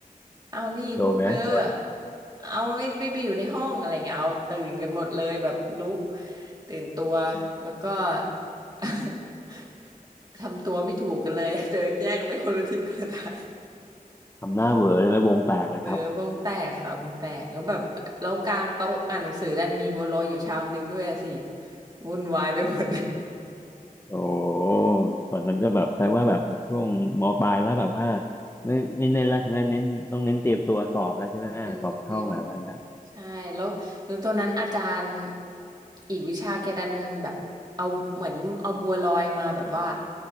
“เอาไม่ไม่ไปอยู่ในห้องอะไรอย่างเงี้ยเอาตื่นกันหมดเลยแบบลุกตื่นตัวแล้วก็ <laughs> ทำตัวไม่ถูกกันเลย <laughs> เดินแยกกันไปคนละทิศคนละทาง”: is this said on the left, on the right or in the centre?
Right